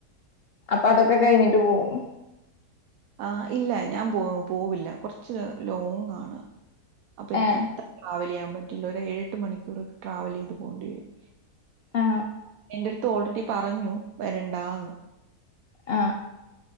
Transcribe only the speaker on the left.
അപ്പൊ അതൊക്കെ കഴിഞ്ഞിട്ട് പോവും
ഏ
ആ
ആ